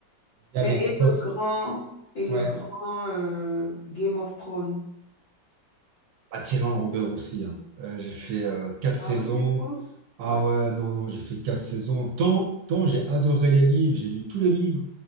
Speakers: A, on the right; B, on the left.
A: Il
B: Mais
A: y a des grosses.
B: et le grand, et le
A: Ouais,
B: grand euh, Game of Thrones.
A: à Tyrion Langer aussi. hein. Euh, j'ai fait euh, quatre
B: Ah
A: saisons.
B: oui, tu trouves?
A: Ah
B: Ouais.
A: ouais, non, non, j'ai fait quatre saisons. Tant, tant j'ai adoré les livres, j'ai lu tous les livres,